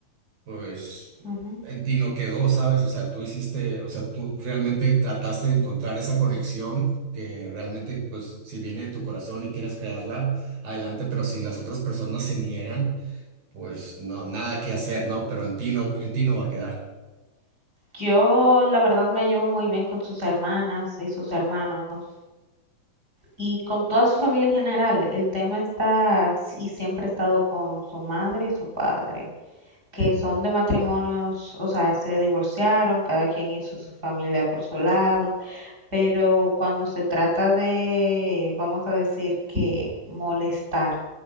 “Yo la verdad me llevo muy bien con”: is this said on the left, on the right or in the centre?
Right